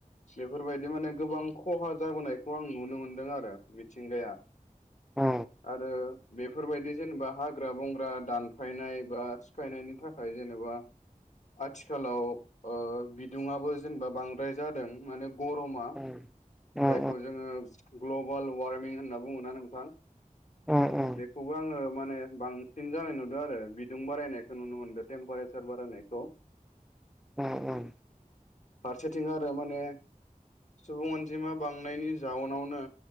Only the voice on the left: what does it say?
बेफोरबायदि माने गोबां खहा जाबोनाय खौ आं नुनो मोनदों आरो मिथिंगाया।
आरो बेफोरबायदि जेनेबा हाग्रा बंग्रा दानफायनाय बा सिफायनायनि थाखाय जेनेबा आथिखालाव अ बिदुुंआबो जेनेबा बांद्राय जादों माने गरमा
जाय खौ जोङो ग्लबाल वार्मिं होनना बुङोना नोंथां?
बेखौबो आङो माने बांसिन जानाय नुदों आरो बिदुं बारायनायखौ नुनो मोनदों टेम्पारेसार बारायनायखौ
फारसेथिं आरो माने सुबुं अनजिमा बां थांनायनि जाउनावनो